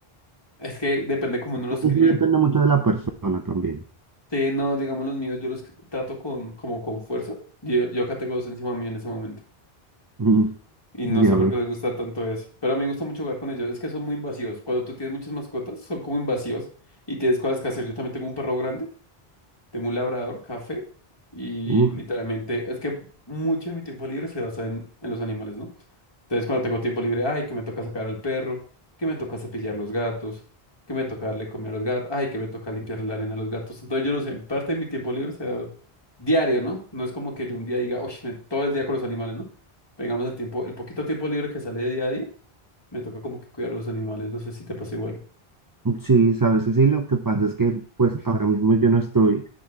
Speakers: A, on the left; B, on the right.
A: Es que depende cómo uno los
B: no sé
A: críe.
B: si depende mucho de la persona también. <laughs>
A: Sí, no, digamos los míos, yo los trato con, como con fuerza. Yo, yo acá tengo dos encima mío en ese momento.
B: Mm,
A: Y no
B: ya
A: sé por
B: veo.
A: qué les gusta tanto eso. Pero a mí me gusta mucho jugar con ellos. Es que son muy invasivos. Cuando tú tienes muchas mascotas, son como invasivos y tienes cosas que hacer. Yo también tengo un perro grande, tengo un labrador, café. Y
B: Uf,
A: literalmente, es que mucho de mi tiempo libre se basa en, en los animales, ¿no? Entonces, cuando tengo tiempo libre, ay, que me toca sacar al perro, que me toca cepillar los gatos, que me toca darle comida a los gatos, ay, que me toca limpiarle la arena a los gatos. Entonces, yo no sé, en parte de mi tiempo libre sea diario, ¿no? No es como que yo un día diga, oye, me- todo el día con los animales, ¿no? Pegamos el tiempo, el poquito tiempo libre que sale de día a día, me toca como que cuidar a los animales, no sé si te pasa igual.
B: Sí, sabes, que sí, lo que pasa es que pues ahora mismo yo no estoy,